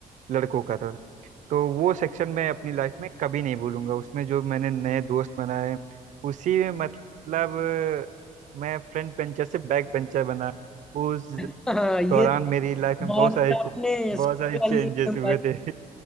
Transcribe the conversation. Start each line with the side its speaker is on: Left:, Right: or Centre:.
Right: लड़कों का था तो वो सेक्शन मैं अपनी लाइफ में कभी नहीं भूलूंगा उसमें जो मैंने नए दोस्त बनाए उसी में मतलब मैं फ्रंट बेंचर से बैक बेंचर बना उस
Centre: <laughs> हाँ ये
Right: दौरान
Centre: तो
Right: मेरी लाइफ में
Centre: बहुत
Right: बहुत सारे चे-
Centre: आपने
Right: बहुत
Centre: स्कूल
Right: सारे चेंजेस
Centre: वाली एकदम
Right: हुए
Centre: बात
Right: थे